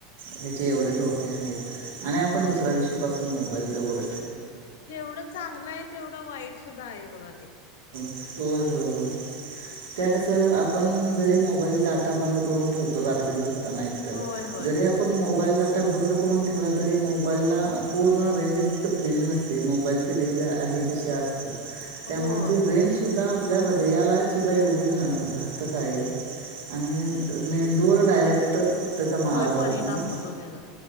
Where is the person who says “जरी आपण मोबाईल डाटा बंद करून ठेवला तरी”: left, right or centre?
Right